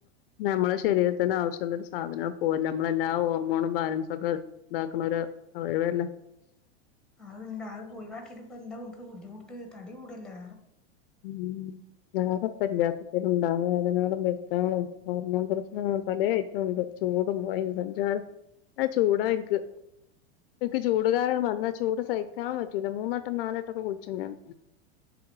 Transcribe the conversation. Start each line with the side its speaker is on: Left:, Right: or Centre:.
Left: നമ്മള ശരീരത്തിന് ആവശ്യമുള്ളൊരു സാധനം പോവല്ലേ നമ്മളെല്ലാ ആ ഹോർമോണും ബാലൻസും ഒക്കെ ഇതാക്കണ വരെ ഒഴിവക്കല്ലെ
Centre: അത് ഇണ്ട് അത് ഇപ്പ ഒഴിവാക്കിയിട്ട് ഇപ്പ എന്താ ഉൻക്ക് ബുദ്ധിമുട്ട് തടി കൂടുവല്ലെ
Left: ഉം വേറെ ഇപ്പ ഇല്ലാ ഉണ്ട വേദനകളും പ്രശ്നങ്ങളും ഹോർമോൺ പ്രശ്നങ്ങൾ പലേ ആയിട്ട് ഉണ്ട് ചൂടും മഴയും സഞ്ചാരം നല്ല ചൂടാ എനിക്ക് എനിക്ക് ചൂടുകാലം വന്നാ ചൂട് സഹിക്കാൻ പറ്റൂല മൂന്നുവട്ടം നാലുവട്ടക്കെ കുളിച്ചു ഞാൻ